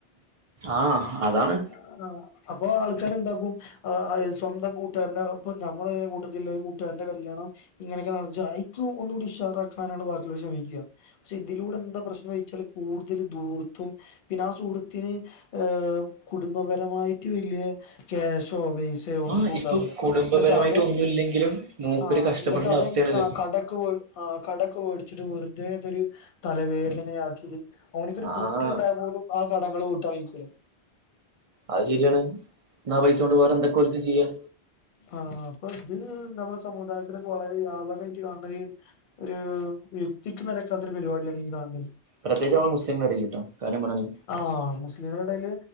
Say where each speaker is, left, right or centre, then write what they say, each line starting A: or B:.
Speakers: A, on the right; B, on the left.
A: ആഹ് അതാണ്
B: ആ അപ്പൊ ആൾക്കാരെന്താക്കും സ്വന്തം കൂട്ടുകാരന്റെ ഒപ്പം നമ്മളെ കൂട്ടത്തി ലുള്ള കൂട്ടുകാരന്റെ കല്യാണം ഇങ്ങനെയൊക്കെ <unintelligible> ഒന്നുകൂടി ഇഷാറാക്കാനാണ് ബാക്കി ഉള്ളവർശ്രമിക്കുക പക്ഷെ ഇതിലൂടെ എന്താ പ്രശ്നം ചില കൂടുതൽ ദൂർത്തും പിന്നെ ആഹ് സുഹൃത്തിന് ഏഹ് കുടുംബ പരമായിട്ട് വല്യ ചേസോ ബേസ് പക്ഷേ ഒന്നും
A: ആഹ്
B: ഉണ്ടാവൂല
A: ഇപ്പൊ കുടുംബപരമായിട്ട്
B: എന്നിട്ട് അവൻ
A: ഒന്നുല്ലെങ്കിലും മൂപ്പര്
B: ആഹ്
A: കഷ്ടപ്പെടേണ്ട
B: എന്നിട്ട് അവൻ
A: അവസ്ഥയാണിത്
B: കടക്ക് പോയി ആഹ് കടക്ക് ഓടിച്ചിട്ട് വിർ ഇതേത്തൊരു തലവേദനയാക്കിട്ട് ഓനൊക്കൊരു
A: ആഹ്
B: കുട്ടി ഉണ്ടായ പോലും ആഹ് കടകള് കൂട്ടായ്ക്കുലേ
A: അത് ശരിയാണ് എന്നാ പൈസ കൊണ്ട് വേറെ എന്തൊക്കെ ഒൽക്ക് ചെയ്യാ
B: ആഹ് അപ്പൊ ഇത് നമ്മുടെ സമുദായത്തിലൊക്കെ വളരെ വ്യാപകമായിട്ട് കാണണ ഒരു വ്യക്തിക്ക് നിരക്കാത്തരു പരിപാടിയാണ് ഈ സാധനത്തിന്
A: പ്രത്യേകിച്ച് നമ്മളെ മുസ്ലിങ്ങളുടെ ഇടയിൽ ട്ടോ കാര്യം പറയാണ്
B: ആഹ് മുസ്ലിങ്ങളിടയില്